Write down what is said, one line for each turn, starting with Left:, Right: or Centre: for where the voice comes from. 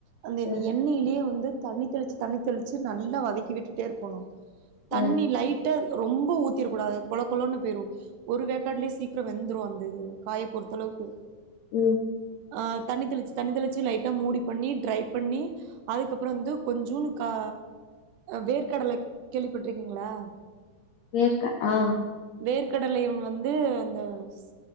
Right: அந்த
Left: ஆ
Right: எண்ணெயிலே வந்து தண்ணி தெளிச்சு தண்ணி தெளிச்சு நல்லா வதக்கி விட்டுட்டே இருக்கோணு தண்ணி
Left: ஆ
Right: லைட் டா ரொம்ப ஊத்திர கூடாது கொழ கொலன்னு போயிரு ஒரு வேக்காடலயே சீக்கிர வெந்துரு அந்த இது காய பொறுத்த அளவுக்கு
Left: ம்
Right: ஆ தண்ணி தெளிச்சு தண்ணி தெளிச்சு லைட்டா மூடி பண்ணி ட்ரை பண்ணி அதுக்கப்புற வந்து கொஞ்சூன்னு கா வேர்க்கடலை கேள்விப்பட்டுருக்கீங்களா
Left: வேர்க ஆ
Right: வேர்க் கடலைய வந்து அந்த ஸ்